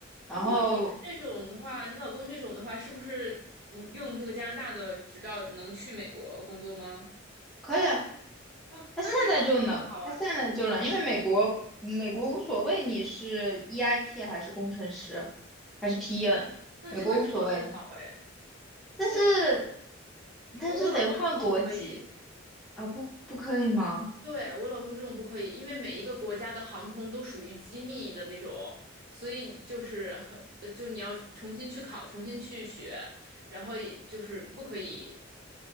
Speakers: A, in the centre; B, on the right.
A: 然后
B: 不过你们这种的话，你老公这种的话，是不是嗯用这个加拿大的执照能去美国工作吗？
A: 可以啊，
B: 哦，
A: 他现在就能，
B: 那这非常好哎，
A: 他现在就能，因为美国，美国无所谓你是 EIT 还是工程师，还是 PN，
B: 那真的超级好哎。
A: 美国无所谓，但是
B: 是是，
A: 但是得换国籍。
B: 我我老公这种不可以。
A: 啊，不，不可以吗？
B: 对，我老公这种不可以，因为每一个国家的航空都属于机密的那种，所以就是很，呃就你要重新去考，重新去学，然后也就是不可以